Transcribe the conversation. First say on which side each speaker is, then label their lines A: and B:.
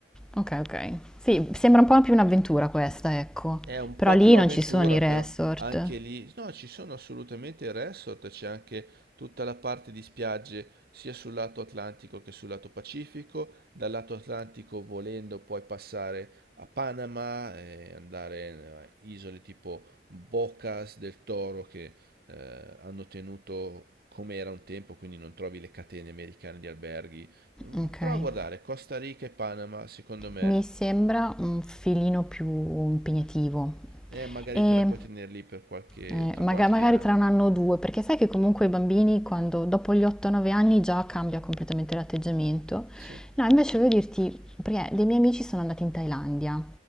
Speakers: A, in the centre; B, on the right.
A: ok, ok. Sì, sembra un po' più un'avventura questa, ecco.
B: È un
A: Però
B: po'
A: lì
B: più avventura,
A: non ci sono i resort.
B: però anche lì. No, ci sono assolutamente il resort, c'è anche tutta la parte di spiagge sia sul lato Atlantico che sul lato Pacifico. Dal lato Atlantico, volendo, puoi passare a Panama e andare in eh, isole tipo Bocas del Toro che eh, hanno tenuto come era un tempo, quindi non trovi le catene americane di alberghi. Mm,
A: Okay.
B: Prova a guardare Costa Rica e Panama, secondo me
A: Mi sembra un filino più impegnativo
B: E magari
A: e,
B: te la puoi tenere lì per qualche,
A: ehm,
B: tra
A: maga
B: qualche
A: magari
B: anno.
A: tra 1 anno o 2, perché sai che comunque i bambini quando dopo gli 8, 9 anni già cambia completamente l'atteggiamento.
B: Sì,
A: No, invece volevo dirti, perché dei miei amici sono andati in Thailandia